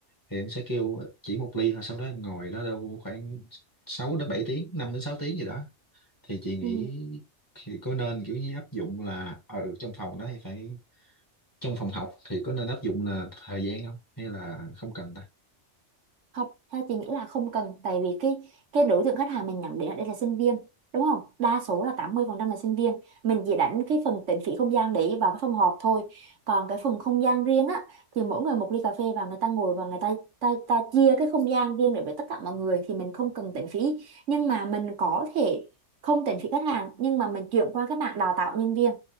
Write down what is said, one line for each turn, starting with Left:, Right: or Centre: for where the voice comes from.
Left: thì em sẽ kêu chỉ một ly thôi sau đó em ngồi đó đâu khoảng 6 đến 7 tiếng 5 đến 6 tiếng gì đó thì chị nghĩ
Right: ừ
Left: thì có nên kiểu như áp dụng là ở trong phòng đó thì phải trong phòng học thì có nên áp dụng là thời gian không hay là không cần ta
Right: Không, theo chị nghĩ là không cần tại vì cái cái đối tượng khách hàng mình nhắm đến ở đây là sinh viên đúng không đa số là 80% là sinh viên mình chỉ đánh cái phần tính phí không gian để vào cái phòng họp thôi còn cái phần không gian riêng á thì mỗi người một ly cà phê và người ta ngồi và người ta ta, ta chia cái không gian riêng để với tất cả mọi người thì mình không cần tính phí nhưng mà mình có thể không tính phí khách hàng nhưng mà mình chuyển qua cái mạng đào tạo nhân viên